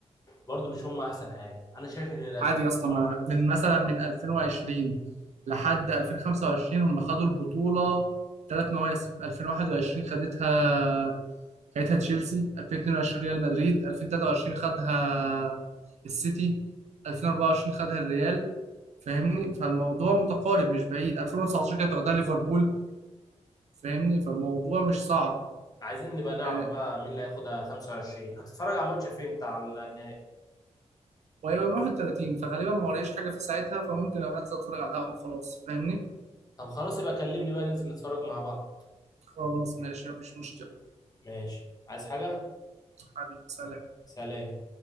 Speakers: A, on the left; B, on the right.
A: برضو مش هم احسن حاجه انا شايف ان الاسبان
B: عادي يا اسطى
A: بصراحه
B: ما- من مثلا من 2020 لحد 2025 هم خدوا البطوله ثلاث مواسم 2021 خدتها خدتها تشيلسي 2022 ريال مدريد 2023 خدها السيتي 2024 خدها الريال فاهمني فالموضوع متقارب مش بعيد 2019 كانت واخدها ليفربول فاهمني فالموضوع مش صعب
A: عايزين نبقى نعرف
B: يعني.
A: بقى مين اللي هياخدها 25 هتتفرج على الماتش فين بتاع النهائي
B: وهيبقى 31 فغالبا ما وريش حاجه في ساعتها فممكن ابقى انزل اتفرج على القهوه خلاص فاهمني
A: طب خلاص يبقى كلمني بقى ننزل نتفرج مع بعض
B: خلاص ماشي مفيش مشكله
A: ماشي عايز حاجه
B: حبيبي سلام
A: سلام